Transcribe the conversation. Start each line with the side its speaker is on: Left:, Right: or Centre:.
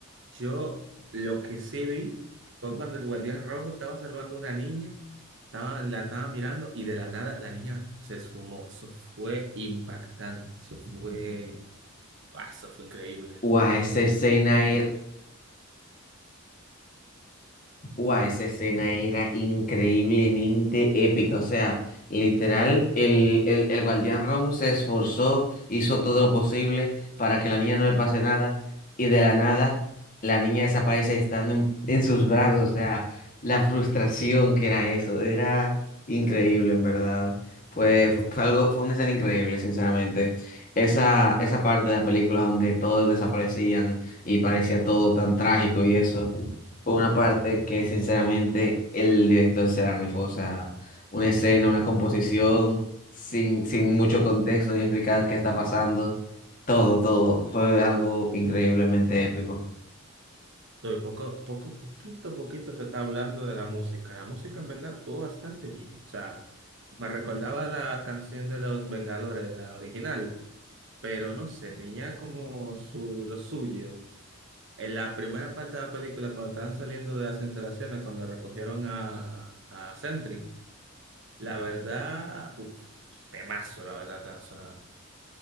Right: Yo lo que sí vi fue cuando el guardián rojo estaba salvando a una niña, estaba, la estaba mirando y de la nada la niña se esfumó. Eso fue impactante, eso fue, ah, eso fue increíble.
Left: Guau, esa escena era. Guau, esa escena era increíblemente épica. O sea, literal, el, el, el guardián rojo se esforzó, hizo todo lo posible para que la niña no le pase nada. Y de la nada, la niña desaparece estando en, en sus brazos. O sea, la frustración que era eso. Era increíble, en verdad. Fue, fue, fue algo, fue una escena increíble, sinceramente. Esa, esa parte de la película donde todos desaparecían y parecía todo tan trágico y eso. Fue una parte que sinceramente el director se la rifó, o sea, una escena, una composición, sin, sin mucho contexto ni explicar qué está pasando, todo, todo, fue algo increíblemente épico.
Right: Pero poco, poco, poquito, poquito se está hablando de la música. La música en verdad estuvo bastante bien. O sea, me recordaba la canción de los Vengadores, la original, pero no sé, tenía como su, lo suyo. En la primera parte de la película, cuando estaban saliendo de las instalaciones, cuando recogieron a, a Sentry, la verdad, uff, temazo, la verdad, estaba sonando.